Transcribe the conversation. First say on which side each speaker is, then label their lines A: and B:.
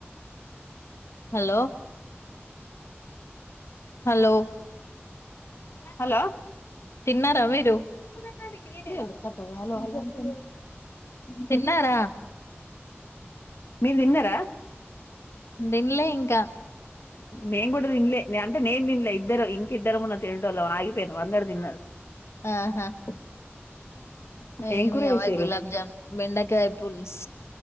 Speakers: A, on the left; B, on the left.
A: హలో హలో
B: హలో
A: తిన్నారా మీరు
B: ల
A: తిన్నారా
B: మీరు తిన్నారా
A: తినలే ఇంకా
B: మేము కూడా తిన్లే అంటే నేను తిన్లే ఇద్దర ఇంక ఇద్దరమున్న తినే వాళ్ళ ఆగిపోయినాం అందరు తిన్నారు
A: ఆహావి
B: ఏం కూర
A: అవ
B: చేసిర్రు
A: గులాబ్జాం బెండకాయ పుల్స్